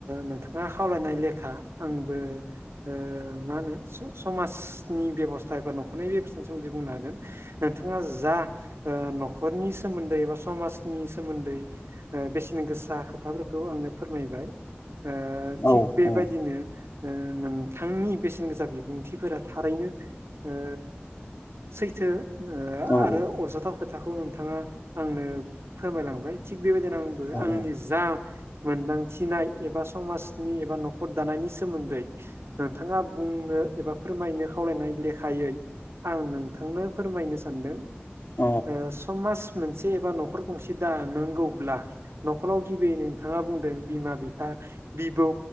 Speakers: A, on the right (about 85°); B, on the left (about 55°).
A: नोंथाङा खावलायनाय लेखा आंबो ओ मा होनो स-समाजनि बेब'स्था एबा न'खरनि बेबस्थानि सोमोन्दै बुंना होगोन। नोंथाङा जा ओ न'खरनि सोमोन्दै बा समाजनि सोमोन्दै ओ बेसेन गोसा खोथाफोरखौ आंनो फोरमायबाय ओ
B: औ
A: थिग बेबायदिनो
B: औ
A: ओ नोंथांनि बेसेन गोसा बिबुंथिफोरा थारैनो ओ सैथो ओ
B: औ
A: आरो
B: औ
A: अरजाथाव खोथाखौ नोंथाङा आंनो फोरमायलांबाय थिग बेबायदिनो आंबो
B: औ
A: आं
B: नोंथां
A: आंनि जा मोनदांथिनाय एबा समाजनि एबा न'खर दानायनि सोमोन्दै नोंथाङा बुंनो एबा फोरमायनो खावलायनाय लेखायै। आं नोंथांनो फोरमायनो सानदों।
B: औ
A: ओ समाज मोनसे एबा न'खर गंसे दानांगौब्ला नख'राव गिबियै नोंथाङा बुंदों बिमा बिफा बिबौ